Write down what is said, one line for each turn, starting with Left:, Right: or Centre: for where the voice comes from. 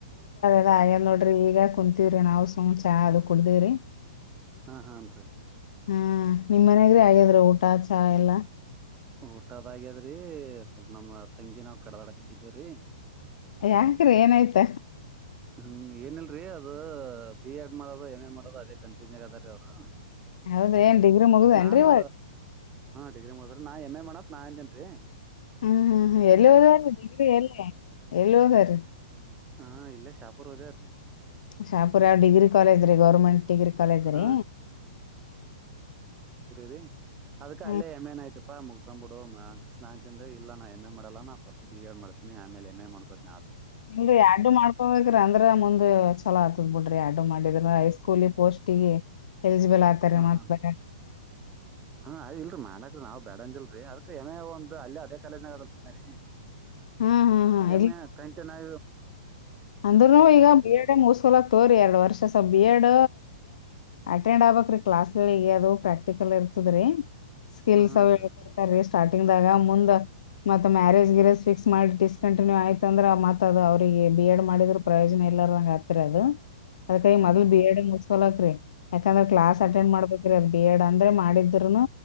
Left: ಅದ ಎಏನ್ ನೋಡ್ರಿ ಈಗ ಕುಂತೀವ್ರಿ ನಾವವು ಸುಮ್ ಚಾ ಅದು ಕುಡ್ದಿವವ್ರಿ
Right: ಹಾ ಹಾನ್ರಿ
Left: ಹ್ಮ ನಿಮ್ಮ್ ಮನಯಾಗ್ರಿ ಆಗಿದ್ರ ಊಟ ಚಾ ಎಲ್ಲಾ
Right: ಊಟದಾಗ್ಯದ್ರಿ ಸ್ವಲ್ಪ ನಮ್ ತಂಗಿ ನಾವ್ ಕಡದಾಡ ಕತ್ತಿದೇವ್ರೀ
Left: ಯಾಕ್ರಿ ಏನಾಯ್ತ
Right: ಹ್ಮ ಏನಿಲ್ಲ ರೀ ಅದು ಬಿ ಎಡ್ ಮಾಡೋದು ಎಮ್ ಎ ಮಾಡೋದು ಅದೇ ಕನ್ಫ್ಯೂಸ್ನ್ ಆಗ ಅದ ರೀ ಅವ್ರು
Left: ಹೌದ್ರಿ ಏನ್ ಡಿಗ್ರಿ ಮುಗ್ದೇನ್ರಿ
Right: ನಾನು
Left: ಇವಾಗ
Right: ಡಿಗ್ರಿ ಮುಗದಿದೇ ನಾ ಎಮ ಎ ಮಾಡಣತ್ ನಾ ಅಂತೇನ್ ರೀ
Left: ಹ್ಮ್ ಹ್ಮ್ ಎಲ್ಲಿ ಹೋದ್ರ ಡಿಗ್ರಿ ಎಲ್ಲ ಎಲ್ಲಿ ಓದ್ ರೀ
Right: ಹಾ ಇಲ್ಲೇ ಶಾಪೂರ್ ಓದಾರ್ರೀ
Left: ಹ ಶಾಪುರ ಯಾವ ಡಿಗ್ರಿ ಕಾಲೇಜ್ ರೀ ಗೌರ್ಮೆಂಟ್ ಡಿಗ್ರಿ ಕಾಲೇಜ್
Right: ಹಾ
Left: ರೀ
Right: ರಿ ಅದಕ
Left: ಹಾ
Right: ಅಲ್ಲೇ ಎಮ ನ್ ಆಯ್ತಪಾ ಮುಗಸ ಬಿ ಸ್ನಾಯತಿನನ್ ಇಲ್ಲ ನಾ ಎಂ ಎ ಮಾಡಲ್ಲ ನಾ ಫಸ್ಟ್ ಬಿ ಎಡ್ ಮಾಡ್ತನಿ ಆಮೇಲೆ ಎಮ್ ಎ ಮಾಡ್ಕೋತಿನಿ
Left: ಇಲ್ ಎಡ್ಡು ಮಾಡ್ಕೊಬೇಕ್ರಿ ಅಂದ್ರ ಮುಂದ್ ಚಲೋ ಆತದ್ ಬಿಡ್ರಿ ಎಡ್ಡು ಮಾಡಿದ ಹೈ ಸ್ಕೂಲಿ ಪೋಸ್ಟಿಗೆ ಎಲಿಜಿಬಲ್ ಆಗ್ತಾರೆ
Right: ಹ
Left: ಮತ್
Right: ಹಾ
Left: ಬರ
Right: ಹಾ ಅದ ಇಲ್ರರಿ ಮಾಡಕ ನಾವ್ ಬೇಡ ಅಂದಿಲ್ರರಿ ಅದಕ ಎಮೆ ಒಂದ ಅಲ್ಲಿ ಅದೇ ಕಾಲೇಜನಗದಲ್ರಿ ಮ್
Left: ಹ್ಮ್ ಹ್ಮ್
Right: ಹ್ಮ
Left: ಹ್ಮ್
Right: ಎಮ ಎ ಕಂಟಿನ್ ಆ
Left: ಅಂದ್ನು ಈಗ ಬಿ ಎಡ್ ಮುಸ್ಕೊಲಕ್ ತೋರಿ ಎರಡು ವರ್ಷಸ ಬಿ ಎಡ್ ಅಟೆಂಡ್ ಆಗ್ಬಕ್ ಕ್ಲಾಸ್ ಅದು ಪ್ರಾಕ್ಟಿಕಲ್ ಇರ್ತದ್ರೀ ಸ್ಕಿಲ್ಸ್
Right: ಹ್ಮ್ ಹ್ಮ್
Left: ಅವಡ್ತಾರೀ
Right: ರೀ
Left: ಸ್ಟಾರ್ಟಿಂಗದಾಗ ಮುಂದ ಮತ್ತ ಮ್ಯಾರೇಜ ಗಿರೇಜ್ ಫಿಕ್ಸ್ ಮಾಡಿ ಡಿಸಕಂಟಿನ್ಯೂ ಆಯ್ತ ಅಂದ್ರ ಮತ್ ಅದ ಅವ್ರರಿಗೆ ಬಿ ಎಡ್ ಮಾಡಿದ್ರ ಪ್ರಯೋಜನ ಇಲ್ಲಾರಂಗ ಆಗ್ತ್ರಿ ಅದು ಅದಕೈ
Right: ಹ್ಮ್
Left: ಮೊದಲ್
Right: ಹ್ಮ್ ಹ್ಮ್
Left: ಬಿ ಎಡ್ ಮುಸ್ಕೊಲಕರಿ ಯಾಕಂದ್ರೆ ಕ್ಲಾಸ್ ಅಟೆಂಡ್
Right: ಹ್ಮ್
Left: ಮಾಡ್ಬೇಕ್ರರಿ ಅದ ಬಿ ಎಡ್ ಅಂದ್ರೆ ಮಾಡಿದ್ರುನು